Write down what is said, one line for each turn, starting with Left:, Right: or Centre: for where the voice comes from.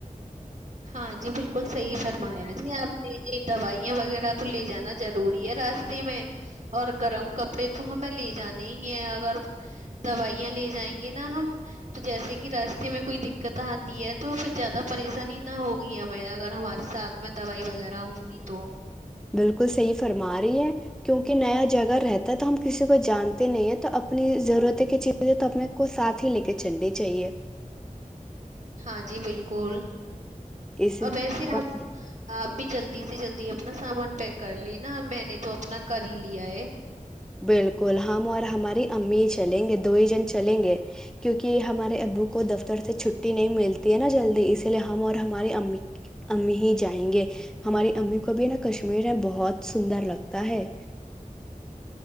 Right: ہاں جی بالکل صحی فرمایا جی آپ نے ج دوائیاں وغیرہ تو لے جانا ضروری ہے راستے میں اور گرم کپڑے تو ہمیں لے جانے ہی ہیں اگر دوائیاں لے جائیں گے نا ہم تو جیسے کہ راستے میں کوئی دقت آتی ہے تو پھر زیادہ پریشانی ت ہوگی ہمیں اگر ہمارے ساتھ میں دوائی وغیرہ ہوںگی تو
Centre: بالکل صحیح فرما رہی ہے کیونکہ نیا جگہ رہتا ہے تو ہم کسی کو جانتے نہیں ہیں تو اپنی ضرورتیں کی چیزیں تو اپنے کو ساتھ ہی لے کے چلنی چاہیے
Right: ہاں جی بالکل
Centre: اس
Right: اور ویسے آپ آ بھی جلدی سے جلدی اپنا سامان پیک کر لے نا میں نے تو اپنا کر ہی لیا ہے
Centre: بالکل ہم اور ہماری امی چلیں گے دو ہی جن چلیں گے کیونکہ ہمارے ابو کو دفتر سے چھٹی نہیں ملتی ہے نا جلدی اسی لیے ہم اور ہماری امی امی ہی جائیں گے ہماری امی کو بھی نا کشمیر میں بہت سندر لگتا ہے